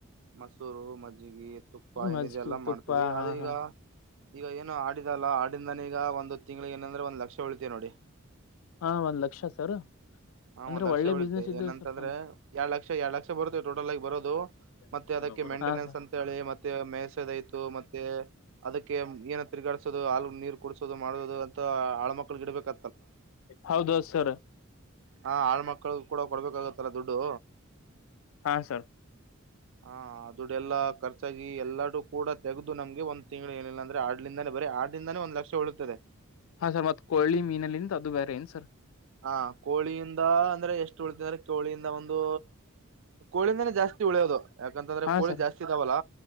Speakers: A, on the right; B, on the left.
A: ಮಸೂರು ಮಜ್ಜಗಿ ತುಪ್ಪ ಏನ
B: ಮಜ್ಗಿ
A: ಎನ್ನಿದೆ ಎಲ್ಲ
B: ತುಪ್ಪ
A: ಮಾಡ್ತೀವಿ
B: ಹಾ
A: ಅದು ಈಗ
B: ಹಾ
A: ಈಗ ಏನು ಆಡಿದಲ್ಲ ಆಡಿಂದಾನ ಈಗ ಒಂದ ತಿಂಗಳಿಗ ಏನಂದ್ರೆ ಒಂದ್ ಲಕ್ಷ ಉಳಿತೆ ನೋಡಿ
B: ಹಾ ಒಂದ್ ಲಕ್ಷ ಸರ್
A: ಹಾ
B: ಅಂದ್ರೆ
A: ಒಂದ್ ಲಕ್ಷ
B: ಒಳ್ಳೆ
A: ಉಳಿತೆ
B: ಬಿಸ್ನೆಸ್ ಇದೆ
A: ಏನಂತಂದ್ರೆ
B: ಸರ್
A: ಎರಡ್ ಲಕ್ಷ ಎರಡ್ ಲಕ್ಷ ಬರುತ್ತೇ ಟೋಟಲ್ ಆಗಿ ಬರೋದು ಮತ್ತೆ
B: ತಮ್ದು
A: ಅದಕ್ಕೆ ಮೇಂಟೆನೆನ್ಸ್
B: ಹಾ ಸರ್
A: ಅಂತ ಹೇಳಿ ಮತ್ತೆ ಮೇಸದತು ಮತ್ತೆ ಅದಕ್ಕೆ ಏನ ತಿರ್ಗಾಡಿಸೋದು ಅ ನೀರ್ ಕುಡಸೋದು ಮಾಡೋದು ಅಂತ ಆಳ ಮಕ್ಳು ಗಿಡಬೇಕ
B: ಹೌದೌದ ಸರ್
A: ಹ ಆಳ್ಮಕ್ಳು ಕೂಡ ಕೊಡ್ಬೇಕಾಗತ್ತಲ್ಲ ದುಡ್ಡು
B: ಹಾ ಸರ್
A: ಹಾ ಅದುಡ್ಡ ಎಲ್ಲಾಖರ್ಚಾಗಿ ಎಲ್ಲಡು ಕೂಡ ತಗದು ನಮ್ಗೆ ಒಂದ್ ತಿಂಗಳ ಏನಿಲ್ಲ ಅಂದ್ರೆ ಆಡ್ಲಿಂದಾನೇ ಬರೀ ಆಡಿಂದಾನೆ ಒಂದ ಲಕ್ಷ ಉಳಿತ್ತದೆ
B: ಹಾ ಸರ್ ಮತ್ ಕೊಳ್ಳಿ ಮೀನಲ್ಲಿಂತ ಅದು ಬೇರ ಏನ್ ಸರ್
A: ಹಾ ಕೋಳಿಯಿಂದ ಅಂದ್ರೆ ಎಷ್ಟು ಉಳಿತ ಅಂದ್ರೆ ಕೋಳಿಯಿಂದ ಒಂದು ಕೋಳಿಯಿಂದನೇ ಜಾಸ್ತಿ ಉಳಿಯದು ಯಾಕಂತಂದ್ರೆ
B: ಹಾ
A: ಕೋಳಿ
B: ಸರ್
A: ಜಾಸ್ತಿ ಇದಾವಲ್ಲ